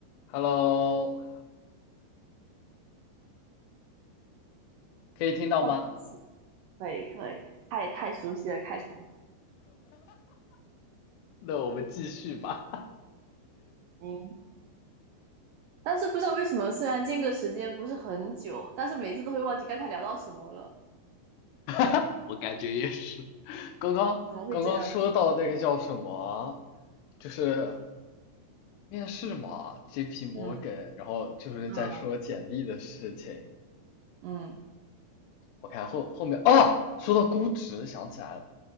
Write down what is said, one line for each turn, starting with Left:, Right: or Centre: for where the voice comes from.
Left: Hello，可以听到吗？
Right: 好熟悉，可以可以，太太熟悉了开场白
Left: 那我们继续吧。
Right: 应。但是不知道为什么，虽然间隔时间不是很久，但是每次都会忘记刚才聊到什么了，
Left: <laughs> 我感觉也是。刚刚刚刚说到那个叫什么，
Right: 怎么会这样子？
Left: 就是面试嘛，JP Morgan，
Right: 嗯
Left: 然后就是在说简历的事情。
Right: 嗯嗯
Left: 我看后后面啊，说到估值想起来了，